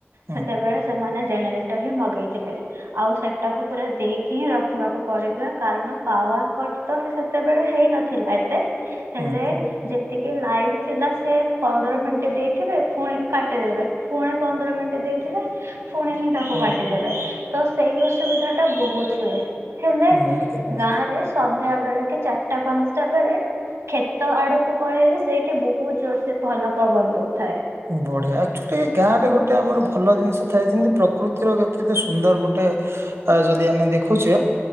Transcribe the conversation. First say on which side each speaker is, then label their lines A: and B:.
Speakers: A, on the right; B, on the right.
A: ହୁଁ
B: ସେତେବେଳେ ସେମାନେ ଜେନେରେଟର ହିଁ ମଗେଇଥିଲେ ଆଉ ସେଟାକୁ ପୁରା ଦେଇକି ହିଁ ରଖିବାକୁ ପଡ଼ିଥିଲା କାରଣ ପାୱାର କଟ୍ ତ ସେତେବେଳେ ହେଇନଥିଲା ଏତେ ହେଲେ
A: ହୁଁ ହୁଁ
B: ଯେତିକି କି ଲାଇନ ଥିଲା ସେ ପନ୍ଦର ମିନିଟ୍ ଦେଇଥିବେ ପୁଣି କାଟିଦେବେ ପୁଣି ପନ୍ଦର ମିନିଟ୍ ଦେଇଥିବେ ପୁଣି ହିଁ ତାକୁ
A: କୁହନ୍ତୁ
B: କାଟିଦେବେ। ତ ସେଇ ଅସୁବିଧା ଟା ବହୁତ ହୁଏ। ହେଲେ
A: ନିହାତି ନିହାତି।
B: ଗାଁରେ ସ ସନ୍ଧ୍ୟା ବେଳେ କି ଚାରିଟା ପାଞ୍ଚଟା ବେଳେ କ୍ଷେତ ଆଡକୁ ପଳେଇଲେ ସେଇଠି ବହୁତ ଜୋର ସେ ଭଲ ପବନ ଦଉଥାଏ।
A: ବଢିଆ ଆକ୍ଚୁଆଲି ଗାଁରେ ଗୋଟେ ଆମର ଭଲ ଜିନିଷ ଥାଏ ଯେମତି ପ୍ରକୃତିର କେତେ ସୁନ୍ଦର ଗୋଟେ ଯଦି ଆମେ ଦେଖୁଛେ,